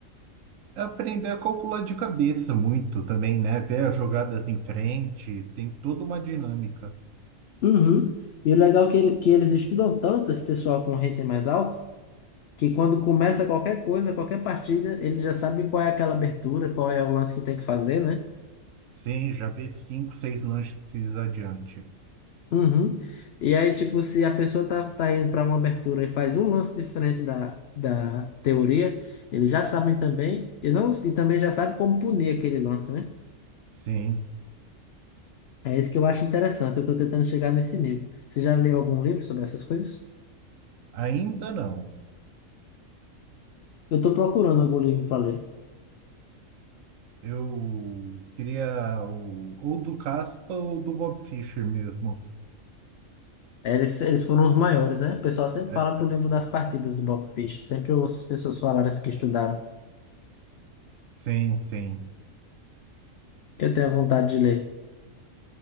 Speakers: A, on the right (about 75°); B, on the left (about 60°).
A: É Aprender a calcular de cabeça muito também, né? Ver as jogadas em frente, tem toda uma dinâmica.
B: Uhum. E o legal é que, ele- que eles estudam tanto, esse pessoal com rating mais alto, que quando começa qualquer coisa, qualquer partida, ele já sabe qual é aquela abertura, qual é o lance que tem que fazer, né?
A: Sim, já vi cinco, seis lances adiante.
B: Uhum. E aí, tipo, se a pessoa tá, tá indo para uma abertura e faz um lance diferente da, da teoria, eles já sabem também, e, não, e também já sabem como punir aquele lance, né?
A: Sim,
B: É isso que eu acho interessante, eu tô tentando chegar nesse nível. Você já leu algum livro sobre essas coisas?
A: ainda não.
B: Eu tô procurando algum livro para ler.
A: Eu queria o, ou do Caspa ou do Bob Fischer mesmo.
B: Eles, eles foram os maiores, né? O pessoal sempre
A: É,
B: fala do livro das partidas do Bob Fish, sempre eu ouço as pessoas falarem isso que estudaram.
A: sim, sim.
B: Eu tenho vontade de ler.